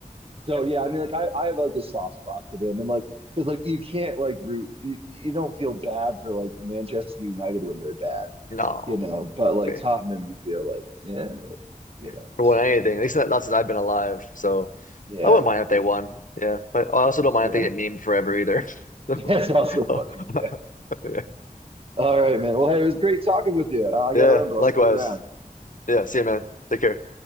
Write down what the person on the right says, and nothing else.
so yeah, I mean, like I, I have like a soft spot for them, and like because like you can't like root you, you don't feel bad for like Manchester United when they're bad,
you know, but like
Tottenham, you feel like yeah. you
know. So,
but
yeah,
yeah,
yeah.
<laughs>
Yeah, it's also funny.
Yeah.
All right, man. Well, hey, it was great talking with you. Uh, I
got to run, but I'll
see you around.